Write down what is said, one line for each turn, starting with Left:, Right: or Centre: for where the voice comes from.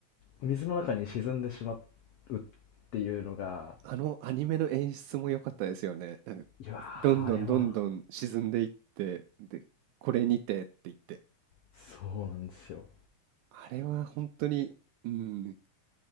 Left: 水の中に沈んでしまうっていうのが、
Right: あのアニメの演出も良かったですよね。なんか、
Left: いやー、
Right: どんどんどんどん沈んでいって、
Left: あれは
Right: で、これにてって言って。
Left: そうなんですよ。
Right: あれは本当に、うん、